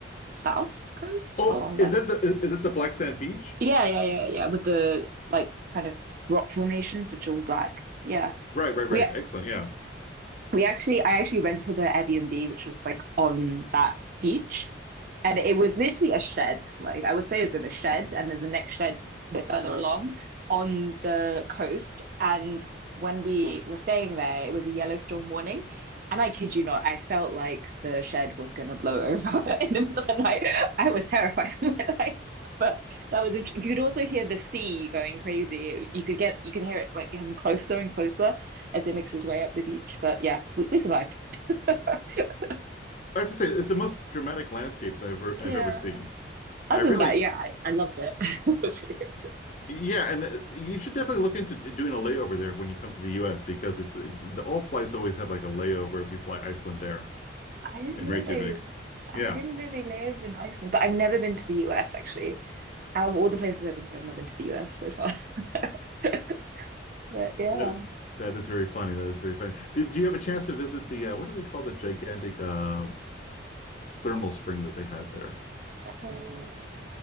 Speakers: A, on the right; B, on the left.
A: south coast
B: Oh,
A: along there.
B: is that the is, is it the Black Sand Beach?
A: But yeah, yeah, yeah, yeah. With the like kind of rock formations, which are all black. Yeah.
B: Right, right, right.
A: We
B: Excellent. Yeah,
A: we actually, I actually rented an Airbnb, which was like on that beach. And it was literally a shed. Like I would say it's in a shed, and there's a next shed a bit further along on the coast. And when we were staying there, it was a yellow storm warning. And I kid you not, I felt like the shed was gonna blow over <laughs> in the middle of the night. I was terrified <laughs> of my life. But that was int- you could also hear the sea going crazy. You could get you could hear it like getting closer and closer as he makes his way up the beach. But yeah, we, we survived. <laughs>
B: I have to say it's the most dramatic landscapes I've ever
A: Yeah.
B: I've ever seen.
A: Other
B: I really,
A: than that, yeah, I, I loved it. <laughs> It was really good.
B: yeah, and uh, you should definitely look into d- doing a layover there when you come to the U.S. because it's it, the all flights always have like a layover if you fly Iceland Air
A: I didn't
B: in
A: know
B: Reykjavik.
A: they
B: Yeah,
A: I didn't know they live in Iceland, but I've never been to the US actually. Out of all the places I've been to, I've not been to the US so far. <laughs> But yeah.
B: that that is very funny. That is very funny. Did you have a chance to visit the uh, what do they call the gigantic uh thermal spring that they have there.
A: Um,